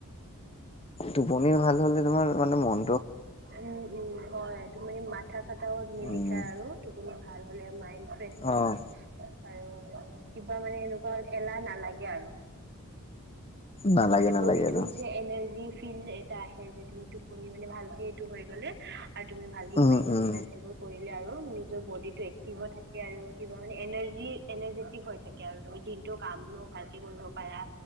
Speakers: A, on the left; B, on the right.
A: টোপনি ভাল হ'লে তোমাৰ মানে মন
B: উম উম হয়। তো মানে মাথা চাথাও নিবিষায়
A: উম।
B: আৰু টোপনি ভাল হ'লে মায়েণ্ড ফ্ৰেছ থাকে।
A: অ'
B: আৰু মানে কিবা মানে সেনেকুৱা এলাহ নালাগে আৰু।
A: নালাগে
B: মানে
A: নালাগে
B: বডিটো
A: আৰু
B: নিজে এনাৰ্জি ফিল এটা আহে যে তুমি টোপনি মানে ভালকে এইটো হৈ গ'লে। আৰু তুমি ভালকে কিবা
A: উম
B: এক্সাৰচাইজ
A: উম
B: সেইবোৰ কৰিলে আৰু নিজৰ বডিটো এক্টিভ হৈ থাকে আৰু কিবা মানে এনাৰ্জি এনাৰ্জেটিক হৈ থা থাকে আৰু তুমি দিনটো কামো ভালকে কৰিব পাৰা।